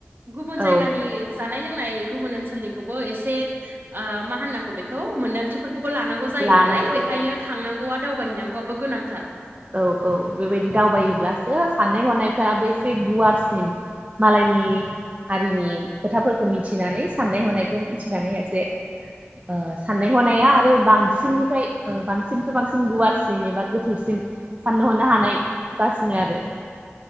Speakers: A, on the right (about 50°); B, on the right (about 30°).
A: गुबुन जायगानि।
B: औ
A: जानाय लोंनाय गुबुन ओनसोलनिखौबो एसे मा होननांगौ बेखौ मोनदांथि। फोरखौबो लानांगौ जायो
B: लानांगौ
A: नालाय बेखायनो थांनांगौआ दावबायहैनांगौआबो गोनांथार।
B: औ औ बेबायदि दावबायोब्लासो साननाय हनायफ्राबो एसे गुवारसिन। मालायनि। हारिनि खोथाफोरखौ मिथिनानै साननाय हनायखौ मिथिनानै एसे। ओ साननाय हनाया आरो बांसिननिफ्राय ओ बांसिननिफ्राय बांसिन एबा गोथौसिन। साननो हनो हानाय जासिनो आरो।